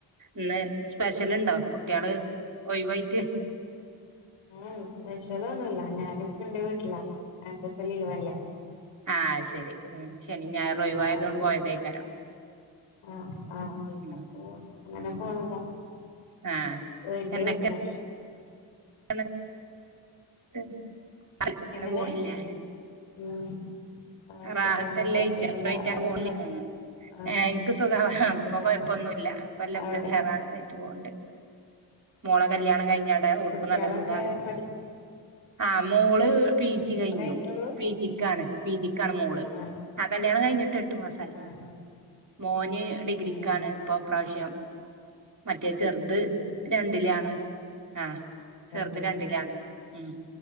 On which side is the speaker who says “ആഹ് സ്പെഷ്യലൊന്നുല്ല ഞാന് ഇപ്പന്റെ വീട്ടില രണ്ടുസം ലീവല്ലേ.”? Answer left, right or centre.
Left